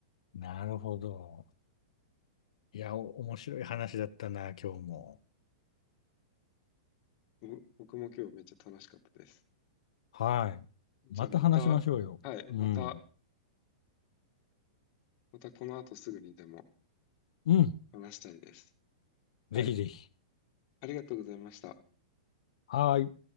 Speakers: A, on the left; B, on the left.
A: なるほど。いや、お面白い話だったな、今日も。
B: ね。ぼ僕も今日めっちゃ楽しかったです。
A: はい。
B: じゃあまた、
A: また話しましょうよ。
B: はい、また、
A: うん。
B: またこの後すぐにでも
A: うん。
B: 話したいです。はい、
A: ぜひぜひ。
B: ありがとうございました。
A: はーい。